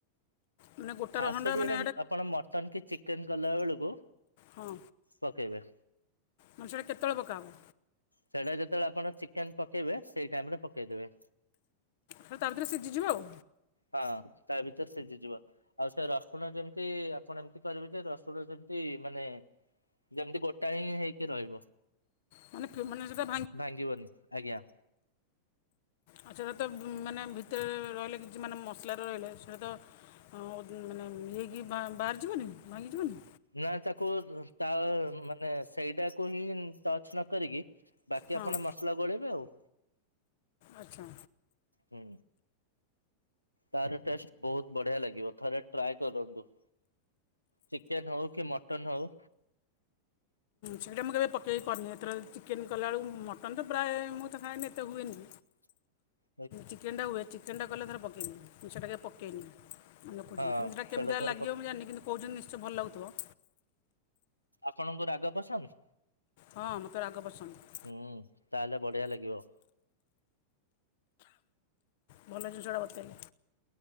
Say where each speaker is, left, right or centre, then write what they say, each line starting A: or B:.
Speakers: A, on the left; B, on the left.
A: ମାନେ ଗୋଟା
B: ଖାସ୍
A: ରସୁଣଟା
B: କରି
A: ମାନେ
B: ଏଇଟା ଆପଣ ମଟନ କି ଚିକେନ କଲା ବେଳକୁ
A: ହଁ
B: ପକେଇବେ।
A: ମାନେ ସେଇଟା କେତେବେଳକୁ ପକା ହବ?
B: ସେଇଟା ଯେତେବେଳେ ଆପଣ ଚିକେନ ପକେଇବେ ସେଇ ଟାଇମ ରେ ପକେଇଦେବେ।
A: ସେ ତା ଭିତରେ ସିଝିଯିବ ଆଉ।
B: ହଁ ତା ଭିତରେ ସିଜିଯିବ। ଆଉ ସେ ରସୁଣ ଯେମିତି ଆପଣ ଏମତି କରିବେ ଯେ ରସୁଣ ଯେମିତି ମାନେ ଯେମିତି ଗୋଟାଏ ହିଁ ହେଇକି ରହିବ
A: ମାନେ ଫି- ମାନେ ସେଇଟା
B: ଭାଙ୍ଗିବନି ଆଜ୍ଞା!
A: ଆଉ ସେଟା ତ ମାନେ ଭିତରେ ରହିଲେ କିଛି ମାନେ ମସଲାରେ ରହିଲେ ସେଇଟା ତ ହଁ ମାନେ ଇଏକି ବାହାରିଯିବନି ଭାଙ୍ଗିଯିବନି।
B: ନା ତାକୁ ତା ମାନେ ସେଇଟାକୁ ହିଁ ଟଚ ନ କରିକି ବାକି
A: ହଁ
B: ଆପଣ ମସଲା ଗୋଳେଇବେ ଆଉ
A: ଆଚ୍ଛା
B: ହୁଁ ତାର ଟେଷ୍ଟ ବହୁତୁ ବଢିଆ ଲାଗିବ ଥରେ ଟ୍ରାଏ କରନ୍ତୁ। ଚିକେନ ହଉ କି ମଟନ ହଉ
A: ସେଇଟା ମୁଁ କେବେ ପକେଇକି କରିନି ଏଥରକ ଚିକେନ କଲାବେଳକୁ ମଟନ୍ ତ ପ୍ରାୟ ମୁଁ ତ ଖଏନି ଏତେ ହୁଏନି।
B: <inaudible>
A: ଚିକେନଟା ହୁଏ ଚିକେନଟା କଲେ ଥରେ ପକେଇବି ସେଇଟା କେବେ ପକେଇନି। <unintelligible>
B: ହଁ ସେଇଟା
A: କେମୀତିଆ
B: ଥରେ
A: ଲାଗିବ
B: ପ
A: ମୁ ଜାଣିନି କିନ୍ତୁ କହୁଛନ୍ତି ନିଶ୍ଚୟ ଭଲଲାଗୁଥିବ
B: ଆପଣଙ୍କୁ ରାଗ ପସନ୍ଦ?
A: ହଁ ମୋତେ ରାଗ ପସନ୍ଦ।
B: ହୁଁ ତାହେଲେ ବଢିଆ ଲାଗିବ।
A: ଭଲ ଜିନଷଟା ବତେଇଲେ